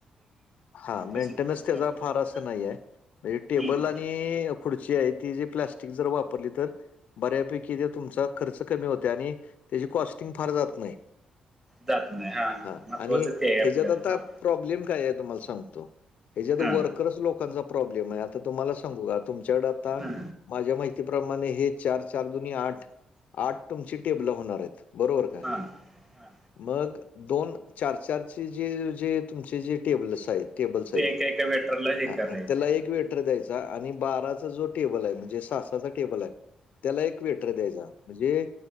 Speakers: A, on the left; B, on the right.
A: हा मेंटेनन्स
B: तस तस
A: त्याचा
B: त्या पद्धती
A: फार असं नाही आहे. म्हणजे टेबल
B: हम्म
A: आणि अ एप खुर्ची आहे ती जे प्लास्टिक जर वापरली तर, बऱ्यापैकी जे तुमचा खर्च कमी होतय आणि त्याची कॉस्टिंग फार जात नाही.
B: जात नाही, हा हा
A: हां.
B: महत्त्वाचं
A: आणि
B: ते आहे,
A: ह्याच्यात
B: आपल्याला
A: आता
B: हा.
A: प्रॉब्लेम काय हाय तुम्हाला सांगतो? हेंच्यात
B: हा
A: वरकर्स लोक लोकांचा प्रॉब्लेम हाय आता तुम्हाला सांगू का? तुमच्याकडे आता
B: हा
A: माझ्या माहिती उंची प्रमाणे हे चार चार दुनी आठ, आठ तुमची टेबल होणार आहेत बरोबर का?
B: हा हा
A: मग दोन चार चार चे जे जे तुमचे जे टेबलस आहेत. टेबल्स आहेत
B: ते एका एका वेटरला हे
A: हा
B: करायचे
A: त्याला एक वेट वेटर द्यायचा आणि बाराचा जो टेबल हाय म्हणजे सा साचा टेबल हाय, त्याला एक वेटर द्यायचा. म्हणजे